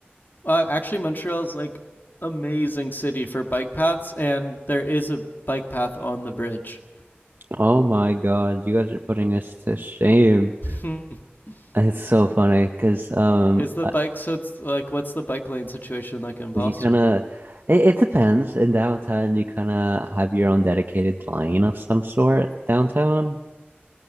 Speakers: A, on the left; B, on the right.
A: uh, actually Montreal's like amazing city for bike paths, and there is a bike path on the bridge.
B: Oh my God, you guys are putting us to shame.
A: <laughs>
B: It's so funny because um
A: is the
B: uh,
A: bike so it's like what's the bike lane situation like in Boston?
B: you kind of it, it depends. In downtown, you kind of have your own dedicated line of some sort downtown